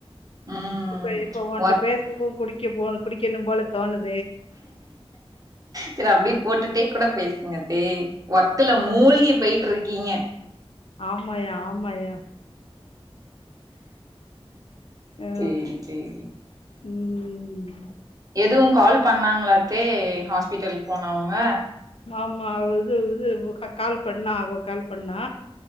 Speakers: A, on the right (about 35°); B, on the left (about 65°).
A: ம்
B: இப்ப இப்ப ஒண்ட
A: ஒர்க்
B: பேசவும் குடிக்க போ குடிக்கணும்பால தோனது
A: சேரி அப்டியே போட்டுட்டு கூட பேசுங்க தே ஒர்க்குல மூழ்கி போயிட்டு இருக்கீங்க
B: ஆமாயா ஆமாயா ஆ
A: சேரி சேரி
B: உம்
A: எதுவு கால் பண்ணாங்ளா தே ஹஸ்பிட்டல் போனவங்க
B: ஆமா இது இது கால் பண்ணா அவ கால் பண்ணா